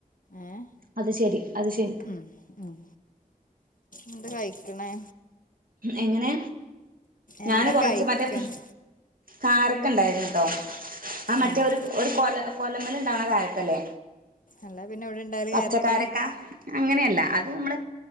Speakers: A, on the left; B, on the right.
A: ഏഹ്
B: അത് ശരി, അത് ശരി
A: ഉം ഉം. എന്ത കഴിക്ക്ണ്
B: എങ്ങനെ ഞാന്
A: എന്താ
B: കൊറച്ച്
A: കഴിക്കണേ
B: മറ്റേ കാരക്ക ഇണ്ടായ്ര്ന്ന്ട്ടോ. ആ മറ്റേ
A: ആഹ്
B: ഒരു, ഒരു കൊല കൊലമ്മല് ഇണ്ടാവ്ണ കാരക്കല്ലേ
A: അല്ല പിന്നെ ഇവിടെ ഇണ്ടാവല്
B: പച്ചക്കാരക്ക.
A: കാരക്ക
B: അങ്ങനെയല്ല അത് നമ്മള്